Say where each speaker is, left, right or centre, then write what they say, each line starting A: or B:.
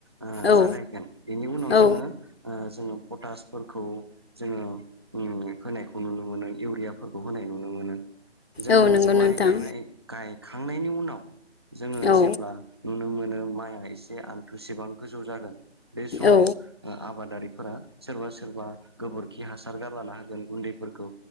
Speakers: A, on the right; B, on the left.
A: ओ
B: औ
A: जागायगोन बेनि उनाव
B: औ
A: जोङो ओ जोङो पटासफोरखौ जोङो <unintelligible> होनायखौ नुनो मोनो, इउरियाफोरखौ होनाय नुनो मोनो। जोङो
B: औ नंगौ
A: माइ
B: नोंथां
A: गायनाय, गायखांनायनि उनाव जोङो
B: औ
A: जेब्ला नुनो मो नो माइआ एसे आन्थुसेबां गोजौ जागोन बे समाव
B: औ
A: ओ आबादारिफोरा सोरबा सोरबा गोबोरखि हासार गारलाना होगोन गुन्दैफोरखौ